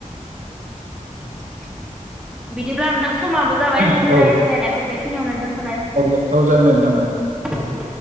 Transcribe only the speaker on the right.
<inaudible>
औ
औ दे औ जागोन दे नोंथां औ।